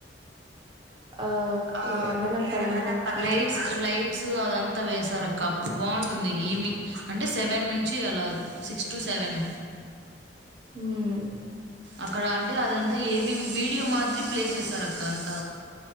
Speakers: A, on the right; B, on the right.
A: ఆ
B: ఆ <unintelligible>
A: ఎలా చెప్పాలి
B: ఎలా
A: నీకు
B: చెప్పంలే లైట్స్ అదంత వేసారు అక్క అప్పుడు బాగుంటుంది ఈవినింగ్ అంటే సెవెన్ నుంచి అలా సిక్స్ టూ సెవెన్
A: హ్మ్
B: అక్కడ అంటే అదంత ఏవి వీడియో మాదిరి ప్లే చేశారు అక్క అంత